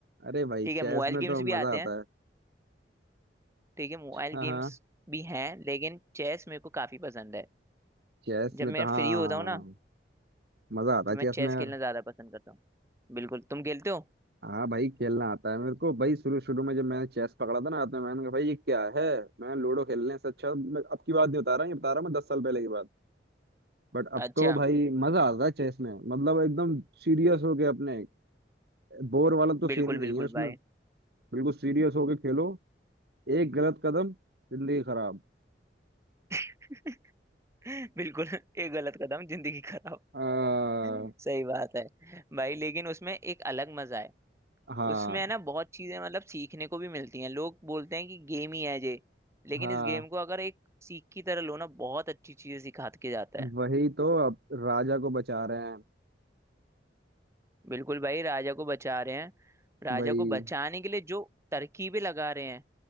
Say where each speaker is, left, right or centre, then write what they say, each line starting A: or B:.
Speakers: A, on the right (about 60°); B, on the right (about 15°).
A: अरे भाई
B: ठीक है
A: चेस
B: मोबाइल
A: में तो
B: गेम्स भी
A: मजा
B: आते
A: आता
B: हैं
A: है
B: ठीक है मोबाइल
A: हाँ
B: गेम्स
A: हाँ
B: भी हैं लेकिन चेस मेरे को काफी पसंद है
A: चेस
B: जब
A: में
B: मैं
A: तो हाँ
B: फ्री होता हूँ ना
A: मजा आता
B: तो
A: है
B: मैं
A: चेस
B: चेस
A: में यार
B: खेलना ज्यादा पसंद करता हूँ बिल्कुल तुम खेलते हो
A: हाँ भाई खेलना आता है मेरे को भाई शुरू शुरू में जब मैंने चेस पकड़ा था ना हाथ में मैंने कहा भाई ये क्या है मैं लूडो खेलने से अच्छा मैं अब की बात नहीं बता रहा ये बता रहा मैं दस साल पहले की बात बट अब
B: अच्छा
A: तो भाई मजा आता है चेस में मतलब एकदम सीरियस होके अपने बोर वाला तो
B: बिल्कुल
A: सीन ही नहीं
B: बिल्कुल
A: है उसमें
B: भाई
A: बिल्कुल सीरियस होके खेलो एक गलत कदम जिंदगी खराब
B: <laughs> बिल्कुल एक गलत कदम जिंदगी खराब
A: <laughs> आ,
B: सही बात है भाई लेकिन उसमें एक अलग मजा है
A: हाँ
B: उसमें है ना बहुत चीजें मतलब सीखने को भी मिलती हैं लोग बोलते हैं कि गेम ही है ये लेकिन
A: हाँ
B: इस गेम को अगर एक सीख की तरह लो ना बहुत अच्छी चीजें सिखा के जाता है
A: वही तो अब राजा को बचा रहे हैं
B: बिल्कुल भाई राजा को बचा रहे हैं राजा
A: वही
B: को बचाने के लिए जो तरकीबें लगा रहे हैं